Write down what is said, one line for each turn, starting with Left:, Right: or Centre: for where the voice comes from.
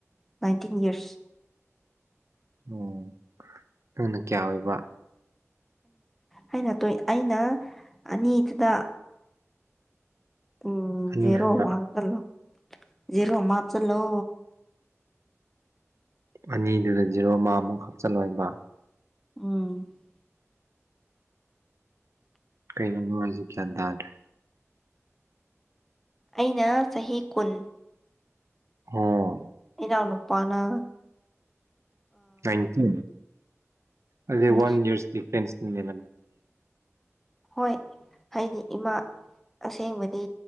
Centre: ꯅꯥꯏꯟꯇꯤꯟ ꯏꯌꯥꯔꯁ
Right: ꯑꯣ ꯅꯪꯅ ꯀꯌꯥ ꯑꯣꯏꯕ
Centre: ꯑꯩꯅ ꯑꯩꯅ ꯑꯅꯤꯗꯨꯗ ꯎꯝ
Right: ꯑꯅꯤ
Centre: ꯖꯦꯔꯣ
Right: ꯑꯍꯟꯕ
Centre: ꯃꯥꯇꯂꯣ ꯦꯔꯣ ꯃꯆꯂꯣ
Right: ꯑꯅꯤꯗꯨꯗ ꯖꯤꯔꯣ ꯑꯃꯃꯨꯛ ꯍꯥꯞꯆꯤꯜꯂꯣꯏꯕ
Centre: ꯑꯥ <unintelligible> <inaudible>
Right: ꯀꯩꯩꯅꯅꯣ ꯍꯧꯖꯤꯛ ꯭ꯌꯥꯟ ꯇꯥꯔꯦ
Centre: ꯑꯩꯅ ꯆꯍꯤ ꯀꯨꯟ
Right: ꯑꯣ
Centre: ꯏꯟꯅꯥꯎ ꯅꯨꯄꯅꯥ
Right: ꯇꯣꯏꯅꯇꯤ ꯑꯗꯦ
Centre: ꯎꯝ
Right: ꯋꯥꯟ ꯏꯔꯁ ꯗꯤꯐꯦꯟꯁꯗ
Centre: ꯍꯣꯏ ꯍꯥꯏꯗꯤ ꯏꯃꯥ ꯑꯁꯦꯡꯕꯗꯤ